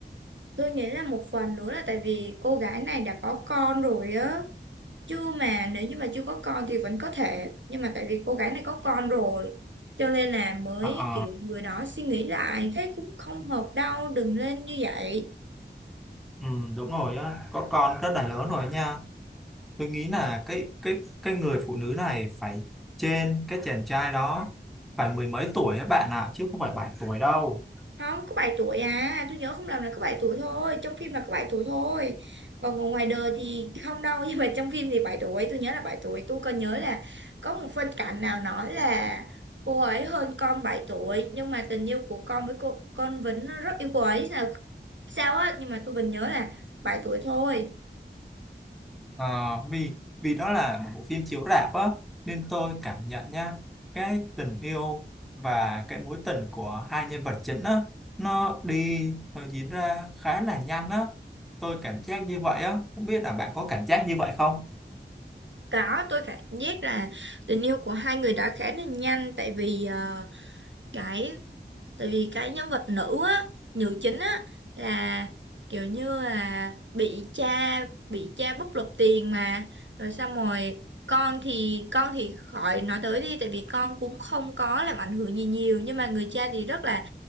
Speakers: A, on the right; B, in the centre.
A: Tôi nghĩ là một phần nữa là tại vì cô gái này đã có con rồi á. chưa mà nếu như mà chưa có con thì vẫn có thể nhưng mà tại vì cô gái này có con rồi cho nên là mới
B: Ờ, ờ,
A: kiểu người đó suy nghĩ lại thế cũng không hợp đâu đừng lên như vậy
B: ừ, đúng rồi á có con rất là lớn rồi nha tôi nghĩ là cái cái cái người phụ nữ này phải trên cái chàng trai đó phải mười mấy tuổi các bạn ạ chứ không phải bảy tuổi đâu
A: không có 7 tuổi à tôi nhớ không lầm là có 7 tuổi thôi trong phim là có 7 tuổi thôi còn ngồi ngoài đời thì không đâu <laughs> nhưng mà trong phim thì bảy tuổi tôi nhớ là bảy tuổi tôi còn nhớ là có một phân cảnh nào nói là cô ấy hơn con bảy tuổi nhưng mà tình yêu của con với cô con Vĩnh nó rất yêu cô ấy sao sao á nhưng mà tôi vẫn nhớ là bảy tuổi thôi
B: Ờ, vì vì đó là một bộ phim chiếu rạp á nên tôi cảm nhận nha cái tình yêu và cái mối tình của hai nhân vật chính á nó đi nó diễn ra khá là nhanh á tôi cảm giác như vậy á không biết là bạn có cảm giác như vậy không
A: đó tôi cảm giác là tình yêu của hai người đã khá là nhanh tại vì ờ, cái tại vì cái nhân vật nữ á nữ chính á là kiểu như là bị cha bị cha bóc lột tiền mà rồi xong rồi con thì con thì khỏi nói tới đi tại vì con cũng không có làm ảnh hưởng gì nhiều nhưng mà người cha thì rất là